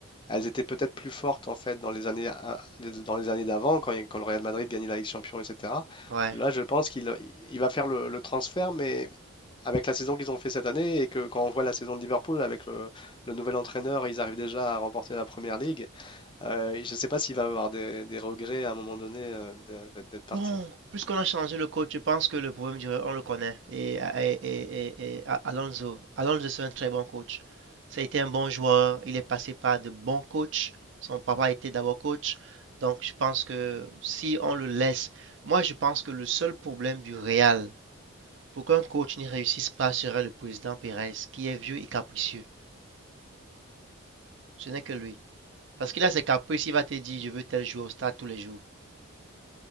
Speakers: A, on the left; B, on the right.
A: elles étaient peut-être plus fortes en fait dans les années, à- dans les années d'avant, quand, il- quand le Real Madrid gagnait la Ligue des Champions, etc.
B: Ouais.
A: Là, je pense qu'il il va faire le, le transfert, mais avec la saison qu'ils ont fait cette année et que quand on voit la saison de Liverpool avec le, le nouvel entraîneur, ils arrivent déjà à remporter la première ligue. Euh, je ne sais pas s'il va avoir des, des regrets à un moment donné euh, de- d'être d'être parti.
B: Bon, puisqu'on a changé le coach, je pense que le problème, je- on le connaît. Et, et, et, et- et Al- Alonso, Alonso, c'est un très bon coach. Ça a été un bon joueur. Il est passé par de bons coachs. Son papa était d'abord coach. Donc, je pense que si on le laisse, moi, je pense que le seul problème du Real, pour qu'un coach n'y réussisse pas, serait le président Pérez, qui est vieux et capricieux. Ce n'est que lui. Parce qu'il a ses caprices, il va te dire, je veux tel joueur au stade tous les jours.